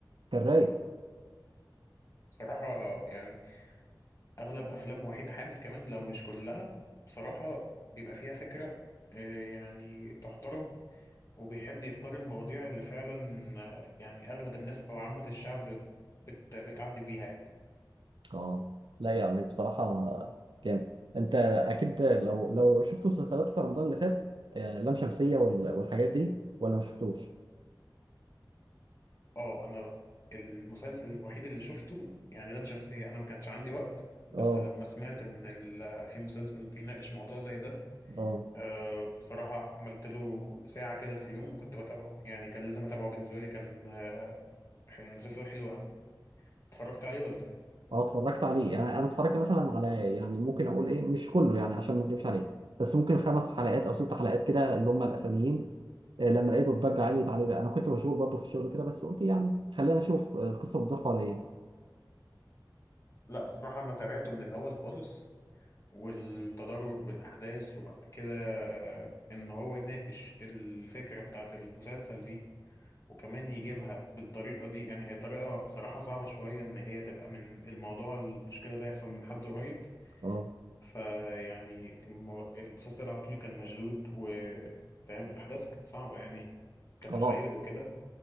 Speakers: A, on the right; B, on the left.
A: كان رايق
B: بصراحة يعني اغلب افلام وحيد حامد كمان لو مش كلها بصراحة بيبقى فيها فكرة آه، يعني تحترم وبيحب يختار المواضيع اللي فعلا آه، يعني اغلب الناس او عامة الشعب بت بتعدي بيها يعني
A: اه لا يعني بصراحة جامد انت اكيد لو لو شفت مسلسلات في رمضان اللي فات آه، لام شمسية وال- والحاجات دي ولا ما شفتوش
B: اه انا المسلسل الوحيد اللي شفته يعني لام شمسية انا ما كانش عندي وقت بس
A: اه
B: لما سمعت ان ال- في مسلسل بيناقش موضوع زي ده
A: اه
B: آه، بصراحة عملت له ساعة كده في اليوم وكنت بتابعه يعني كان لازم أتابعه بالنسبة لي كان آه، يعني مسلسل حلو أوي اتفرجت عليه ولا
A: اه اتفرجت عليه انا انا اتفرجت مثلا على يعني ممكن اقول ايه مش كله يعني عشان ما اكدبش عليك بس ممكن خمس حلقات او ست حلقات كده اللي هم الاخرانيين آه، لما لقيت الضجة عالية عليه بقى انا كنت مشغول برضه في الشغل كده بس قلت يعني خلينا نشوف آه، القصة بتدور على ايه
B: لا بصراحة أنا تابعته من الأول خالص والتدرج بالأحداث وبعد كده إن هو يناقش الفكرة بتاعة المسلسل دي وكمان يجيبها بالطريقة دي يعني هي طريقة صراحة صعبة شوية إن هي تبقى من الموضوع المشكلة ده يحصل من حد قريب
A: اه
B: فيعني الم- المسلسل على طول كان مشدود وفاهم الأحداث صعبة يعني كتخيل
A: اه
B: وكده